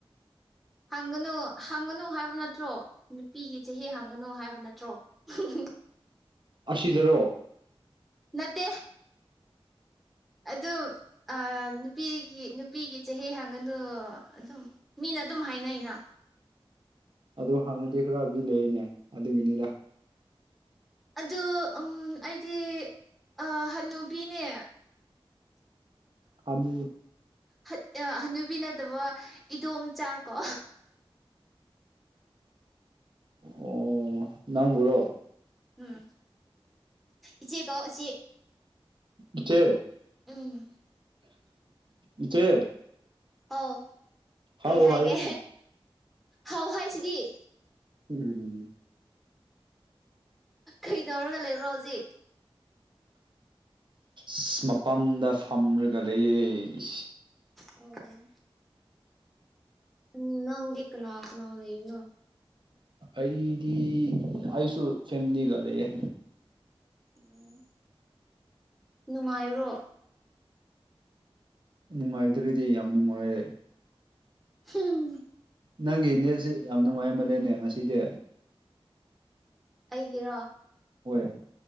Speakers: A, in the centre; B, on the right (about 55°).
A: ꯍꯪꯒꯅꯨ ꯍꯪꯒꯅꯨ ꯍꯥꯏꯕ ꯅꯠꯇ꯭ꯔꯣ ꯅꯨꯄꯤꯒꯤ ꯆꯍꯤ ꯍꯪꯒꯅꯨ ꯍꯥꯏꯕ ꯅꯠꯇ꯭ꯔꯣ ꯍꯝꯍꯝ
B: ꯑꯁꯤꯗꯔꯣ
A: ꯅꯠꯇꯦ ꯑꯗꯨ ꯑ ꯅꯨꯄꯤꯒꯤ ꯅꯨꯄꯤꯒꯤ ꯆꯍꯤ ꯍꯥꯡꯒꯅꯨ ꯑꯗꯨꯝ ꯃꯤꯅ ꯑꯗꯨꯝ ꯍꯥꯏꯅꯩꯩꯅ
B: ꯑꯗꯣ ꯍꯪꯔꯗꯤ ꯈꯔꯗꯤ ꯂꯩꯌꯦꯅꯦ ꯑꯗꯨꯒꯤꯅꯤꯗ
A: ꯑꯗꯨ ꯎꯜ ꯑꯩꯗꯤ ꯑ ꯍꯟꯅꯨꯕꯤꯅꯦ
B: ꯍꯅꯨ
A: ꯍꯟ ꯑ ꯍꯅꯨꯕꯤ ꯅꯠꯇꯕ ꯏꯗꯣꯝꯆꯥ ꯀꯣ
B: ꯑꯣ ꯅꯪꯕꯨꯔꯣ
A: ꯎꯝ ꯏꯆꯦ ꯀꯧ ꯏꯆꯦ
B: ꯏꯆꯦ
A: ꯎꯝ
B: ꯏꯆꯦ
A: ꯑꯧ ꯀꯩ
B: ꯍꯥꯎ
A: ꯍꯥꯏꯒꯦ
B: ꯍꯥꯏꯔꯣꯅꯦ
A: ꯍꯥꯎ ꯍꯥꯏꯁꯤꯗꯤ
B: ꯎꯝ
A: ꯀꯩꯗꯧꯔꯒ ꯂꯩꯕ꯭ꯔꯣ ꯍꯧꯖꯤꯛ
B: ꯑꯁ ꯃꯄꯥꯟꯗ ꯐꯝꯔꯒ ꯂꯩꯌꯦ
A: ꯑꯣ ꯎꯝ ꯅꯪꯒꯤ ꯀꯅꯥ ꯀꯅꯥ ꯂꯩꯕꯅꯣ
B: ꯑꯩꯗꯤ ꯑꯩꯁꯨ ꯐꯦꯃꯂꯤꯒ ꯂꯩꯑꯦ
A: ꯑꯣ ꯅꯨꯡꯉꯥꯏꯕ꯭ꯔꯣ
B: ꯅꯨꯡꯉꯥꯏꯗ꯭ꯔꯗꯤ ꯌꯥꯝ ꯅꯨꯡꯉꯥꯏꯌꯦ
A: ꯍꯝꯍꯝꯍꯝ
B: ꯅꯪꯒꯤ ꯅꯦꯠꯁꯦ ꯌꯥꯝ ꯅꯨꯡꯉꯥꯏꯃꯜꯂꯦꯅꯦ ꯉꯁꯤꯗꯤ
A: ꯑꯩꯒꯤꯔꯣ
B: ꯍꯣꯏ